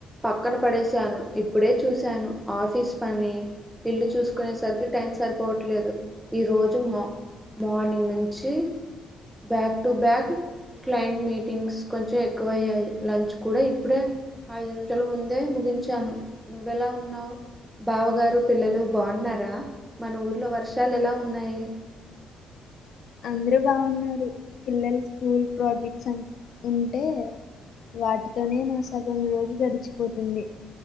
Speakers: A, in the centre; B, on the left.
A: పక్కన పడేశాను ఇప్పుడే చూశాను ఆఫీస్ పని ఇల్లు చూసుకునేసరికి టైం సరిపోవట్లేదు ఈరోజు మో మార్నింగ్ నుంచి back to back client meetings కొంచెం ఎ క్కువ అయ్యాయి లంచ్ కూడా ఇప్పుడే ఐదు నిమిషాల ముందే ముగించాను నువ్వెలా ఉన్నావ్ బావగారు పిల్లలు బాగున్నారా మన ఊర్లో వర్షాలు ఎలా ఉన్నాయి
B: అందరు బాగున్నారు పిల్లలు స్కూల్ ప్రాజెక్ట్స్ అని ఉంటే వాటితోనే నా సగం రోజు గడిచిపోతుంది